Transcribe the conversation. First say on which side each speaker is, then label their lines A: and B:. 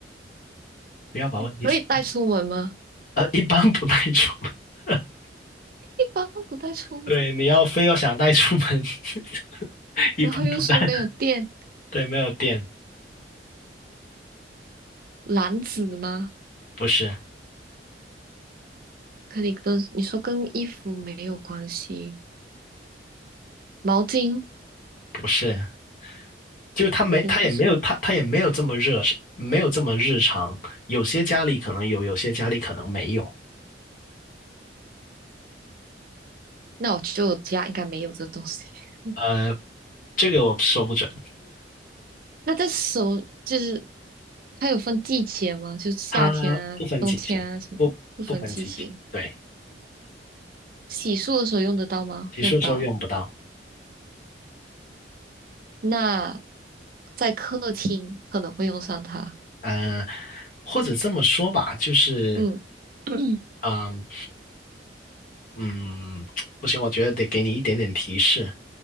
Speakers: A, on the left; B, on the right.
A: 不要把问题想，
B: 可以带出门吗？
A: 呃，一般不带出门。<laughs>
B: 一般不带出门。
A: 对，你要非要想带出门，<laughs> 一般不带。
B: 然后又说没有电，
A: 对，没有电，
B: 篮子吗？
A: 不是，
B: 可你跟你说跟衣服没有关系，毛巾
A: 不是，就他没，
B: 不是。
A: 他也没有，他他也没有这么热，没有这么日常。有些家里可能有，有些家里可能没有。
B: 那我就家应该没有这东西。<laughs>
A: 呃，这个我说不准，
B: 那这手就是它有分季节吗？就是夏天啊、
A: 它不分季节，
B: 冬天啊什么，
A: 不不分季节。
B: 不分季节。
A: 对，
B: 洗漱的时候用得到吗？
A: 洗漱的时候用不到。
B: 用不到。那在客厅可能会用上它。
A: 呃，或者这么说吧，就是，
B: 嗯，<coughs>
A: 嗯嗯，不行，我觉得得给你一点点提示，